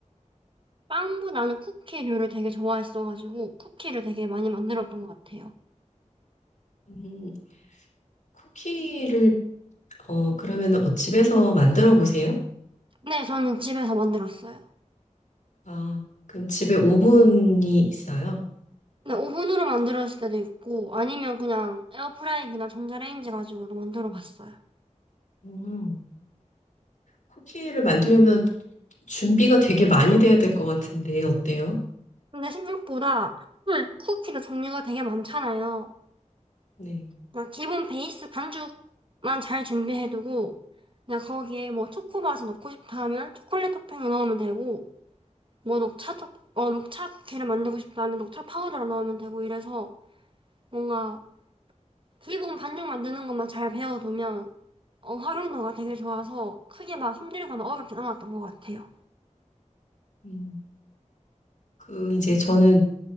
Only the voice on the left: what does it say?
음.
음, 쿠키를 어 그러면은 어, 집에서 만들어 보세요.
아, 그럼 집에 오븐이 있어요.
음, 쿠키를 만들려면 준비가 되게 많이 돼야 될 것 같은데 어때요?
네.
음. 그 이제 저는